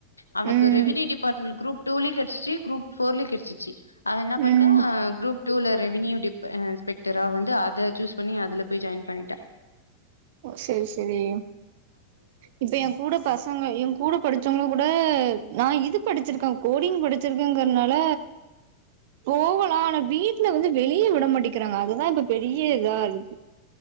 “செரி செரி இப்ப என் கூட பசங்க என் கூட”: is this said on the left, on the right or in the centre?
Right